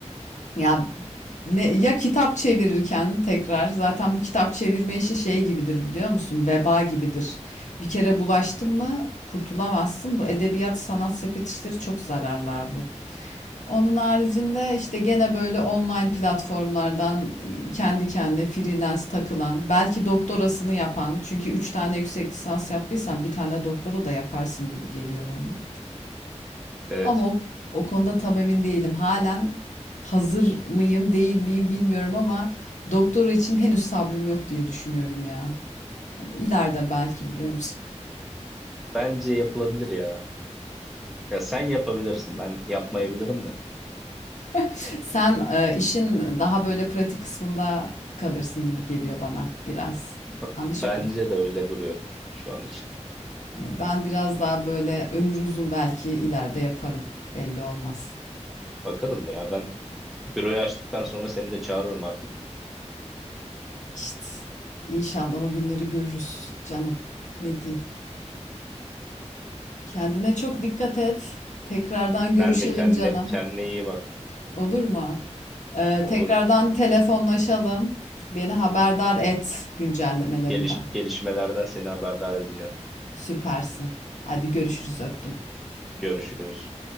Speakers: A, on the left (about 85°); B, in the centre.
A: Ya ne ya kitap çevirirken tekrar zaten bu kitap çevirme işi şey gibidir biliyor musun? Veba gibidir. Bir kere bulaştın mı kurtulamazsın. Bu edebiyat sanat sepet işleri çok zararlı abi. Onun haricinde işte gene böyle online platformlardan kendi kendine freelance takılan, belki doktorasını yapan. Çünkü 3 tane yüksek lisans yaptıysan bir tane doktora da yaparsın gibi geliyor bana.
B: Evet.
A: Ama o, o konuda tam emin değilim. Halen hazır mıyım, değil miyim bilmiyorum ama doktora için henüz sabrım yok diye düşünüyorum ya. İleride belki biliyor musun?
B: Bence yapılabilir ya. Ya sen yapabilirsin. Ben yapmayabilirim de.
A: <laughs> Sen e, işin daha böyle pratik kısmında kalırsın gibi geliyor bana biraz.
B: B-
A: Yanlış
B: Bence
A: mıyım?
B: de öyle duruyor şu an için.
A: Yani ben biraz daha böyle ömür uzun belki ileride yaparım. Belli olmaz.
B: Bakalım ya ben büroyu açtıktan sonra seni de çağırırım artık.
A: İşte inşallah o günleri görürüz canım. Ne diyeyim? Kendine çok dikkat et. Tekrardan görüşelim
B: Sen de kendine,
A: canım.
B: kendine iyi bak.
A: Olur mu? Ee,
B: Olur
A: tekrardan telefonlaşalım. Beni haberdar et güncellemelerinden.
B: geliş, gelişmelerden seni haberdar edeceğim.
A: Süpersin. Hadi görüşürüz öptüm.
B: Görüşürüz.